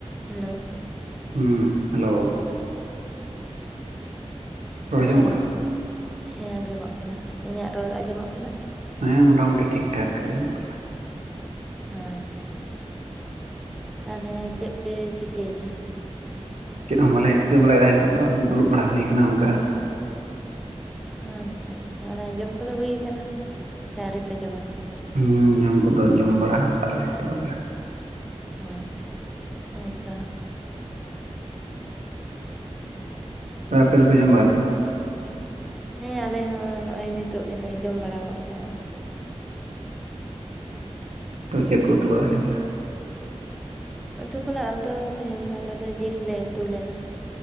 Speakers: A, in the centre; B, on the right.
A: Hello
B: ᱦᱩᱸ hello ᱨᱚᱲ
A: ᱦᱮᱸ
B: ᱟᱧᱡᱚᱢᱚᱜ ᱠᱟᱱᱟ?
A: ᱦᱮᱸ ᱟᱸᱡᱚᱢᱚᱜ ᱠᱟᱱᱟ ᱤᱧᱟᱹᱜ ᱨᱚᱲ ᱟᱸᱡᱚᱢᱚᱜ ᱠᱟᱱᱟ?
B: ᱦᱮᱸ ᱢᱚᱴᱟᱢᱩᱴᱤ ᱴᱷᱤᱠ ᱴᱷᱟᱠ ᱜᱮ ᱟᱸᱡᱚᱢᱚᱜ ᱠᱟᱱᱟ᱾
A: ᱟᱪᱪᱷᱟ ᱛᱟᱦᱚᱞᱮ ᱪᱮᱫ ᱯᱮ ᱪᱤᱠᱟᱹᱭᱮᱫᱟ?
B: ᱪᱮᱫ ᱦᱚᱸ ᱵᱟᱞᱮ ᱪᱤᱠᱟᱹ ᱵᱟᱲᱟᱭᱮᱫᱟ ᱱᱤᱛᱚᱜ ᱫᱚ ᱫᱩᱲᱩᱵ ᱵᱟᱲᱟ ᱦᱩᱭ ᱟᱠᱟᱱᱟ ᱚᱱᱠᱟ᱾
A: ᱟᱪᱪᱷᱟ ᱟᱪᱪᱷᱟ ᱚᱱᱮ ᱡᱚᱢ ᱠᱚᱫᱚ ᱦᱩᱭ ᱟᱠᱟᱱᱟ ᱥᱮ ᱟᱹᱣᱨᱤᱯᱮ ᱡᱚᱢᱟ?
B: ᱧᱩ ᱡᱚᱢ ᱠᱚᱫᱚ ᱡᱚᱢ ᱵᱟᱲᱟ ᱟᱠᱟᱫ ᱞᱮ ᱱᱤᱛᱚᱜ ᱜᱮ᱾
A: ᱟᱪᱪᱷᱟ ᱟᱪᱪᱷᱟ ᱦᱮᱸᱛᱚ᱾ <unintelligible>
B: ᱛᱚ ᱟᱯᱮ ᱫᱚᱯᱮ ᱡᱚᱢ ᱵᱟᱲᱟ ᱠᱮᱫᱟ?
A: ᱦᱮᱸ ᱟᱞᱮ ᱦᱚᱸ ᱱᱚᱜᱚᱭ ᱱᱤᱛᱚᱜ ᱜᱮᱞᱮ ᱡᱚᱢ ᱵᱟᱲᱟ ᱜᱚᱫ ᱠᱟᱜᱼᱟ᱾
B: ᱛᱚ ᱪᱮᱫ ᱠᱚ ᱩᱛᱩ ᱵᱟᱲᱟ ᱦᱩᱭ ᱞᱮᱱᱟ?
A: ᱩᱛᱩ ᱠᱷᱚᱱᱟᱜ ᱟᱫᱚ ᱛᱮᱧ ᱫᱚ ᱟᱞᱮᱫ ᱫᱚ ᱡᱤᱞ ᱞᱮ ᱩᱛᱩ ᱞᱮᱫᱟ᱾